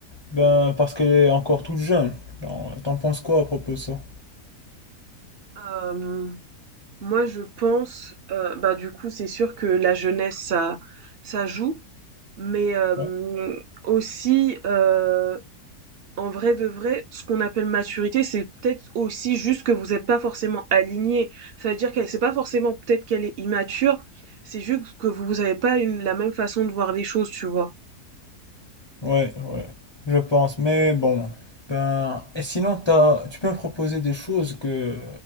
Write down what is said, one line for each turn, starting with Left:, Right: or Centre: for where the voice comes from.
Left: ben parce qu'elle est encore toute jeune. Genre, T'en penses quoi à propos de ça?
Right: Euh, Moi, je pense, heu, bah, du coup, c'est sûr que la jeunesse, ça ça joue, mais hem,
Left: Ouais,
Right: aussi, heu, en vrai de vrai, ce qu'on appelle maturité, c'est peut-être aussi juste que vous êtes pas forcément alignés. Ça veut dire qu'elle c'est pas forcément peut-être qu'elle est immature, c'est juste que vous avez pas une la même façon de voir les choses, tu vois?
Left: ouais, ouais, je pense, mais bon. Ben, et sinon, t'as, tu peux me proposer des choses que,